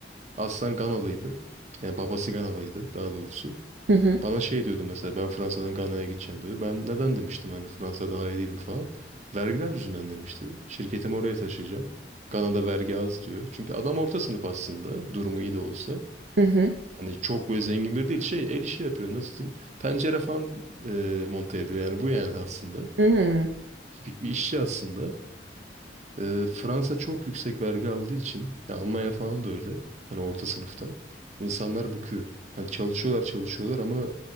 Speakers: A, on the right; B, on the right.
A: Aslan Ganalıydı. Yani babası Ganalıydı daha doğrusu.
B: Hı hı.
A: Bana şey diyordu mesela ben Fransa'dan Gana'ya gideceğim diyordu. Ben neden demiştim hani Fransa daha iyi değil mi falan. Vergiler yüzünden demişti. Şirketimi oraya taşıyacağım. Gana'da vergi az diyor. Çünkü adam orta sınıf aslında durumu iyi de olsa.
B: Hı hı.
A: Hani çok böyle zengin biri değil şey el işi yapıyor nasıl diyeyim. Pencere falan e, monte ediyor yani bu yani aslında.
B: Hmm.
A: Bir, bir işçi aslında. Ee, Fransa çok yüksek vergi aldığı için ya Almanya falan da öyle. Hani orta sınıftan. insanlar bıkıyor. Hani çalışıyorlar çalışıyorlar ama